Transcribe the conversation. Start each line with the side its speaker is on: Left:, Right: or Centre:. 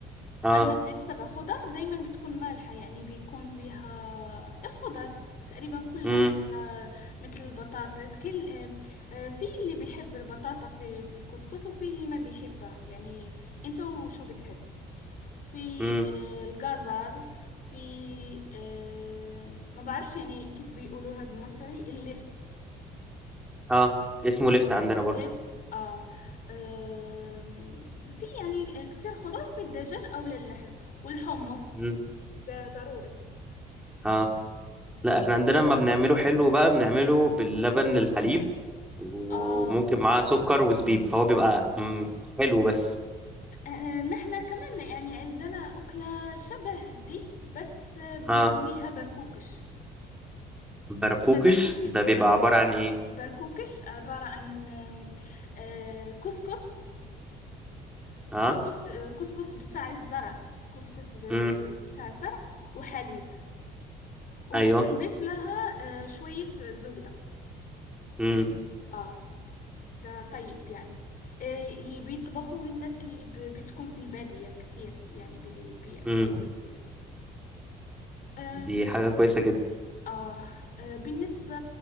Centre: اه
Left: أما بالسبع خضر دايما بتكون مالحة يعني بيكون فيها الخضر تقريبا كلها
Centre: امم
Left: مثل آه، مثل البطاطس كل آه، آه، في اللي بيحب البطاطا في في الكسكس وفي اللي ما بيحبها يعني انت وشو بتحب في
Centre: امم
Left: آه، الجزر في آه، ما بعرفش يعني كيف بيقولوها بالمصري الليفت
Centre: اه اسمه لفت عندنا برضو
Left: ليفت اه آم، في يعني كتير خضار في الدجاج او للحم والحمص
Centre: امم
Left: ده ضروري
Centre: اه لا احنا عندنا لما بنعمله حلو بقى بنعمله باللبن للحليب وممكن
Left: اه
Centre: معاه سكر وزبيب فهو بيبقى مم، حلو بس
Left: آه، نحنا كمان يعني عندنا أكلة شبه دي بس آه، بنسميها
Centre: اه
Left: بركوكش
Centre: برقوقش
Left: ما بركوك
Centre: ده
Left: برك-
Centre: بيبقى عبارة عن ايه
Left: بركوكش عبارة عن آم، آه، كسكس
Centre: اه
Left: كسكس كسكس بتاع الزرع كسكس ب-
Centre: امم
Left: بتاع الزرع وحليب و-
Centre: ايوه
Left: وبنضيف لها آه، شوية زبدة
Centre: امم
Left: اه ده طيب يعني آه، بيطبخوه الناس اللي ب- بتكون في البادية كتير يعني بي- بيأكلوه
Centre: امم
Left: كتير أم
Centre: دي حاجة كويسة
Left: آه آه، بالنسبة